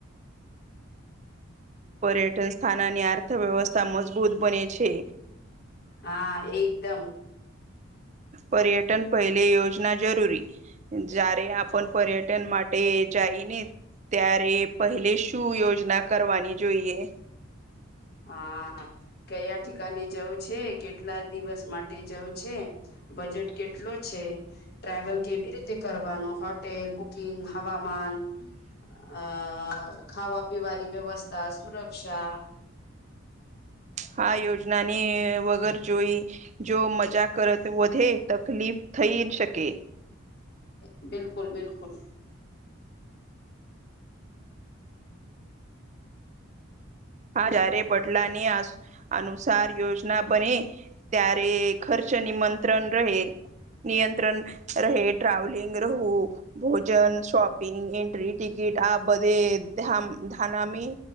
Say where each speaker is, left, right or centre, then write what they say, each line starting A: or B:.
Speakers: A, on the right; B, on the left.
A: પર્યટન સ્થાન આની અર્થવ્યવસ્થા મજબૂત બને છે.
B: હા એકદમ.
A: પર્યટન પહેલે યોજના જરૂરી જારે આપણ પર્યટન માટે જઈને ત્યારે પહેલેશ ટુ યોજના કરવાની જોઈએ.
B: હા હા કયા ઠિકાને જવું છે, કેટલા દિવસ માટે જવું છે. બજેટ કેટલો છે. ટ્રાવલ કેવી રીતે કરવાનો, હોટેલ, બુકિંગ, હવામાન. અ ખાવા પીવાની વ્યવસ્થા, સુરક્ષા <inaudible>
A: હા યોજના ની વગર જોઈ જો મજા કરત વધે તકલીફ થઈ શકે
B: બિલકુલ બિલકુલ
A: હા જયારે બદલાની આસ અનુસાર યોજના બને ત્યારે ખર્ચ નીમંત્રણ રહે. નિયંત્રણ રહે, ટ્રાવલિંગ રહું ભોજન, શોપિંગ, એન્ટ્રી ટિકિટ આ બધે ધામ ધાનામી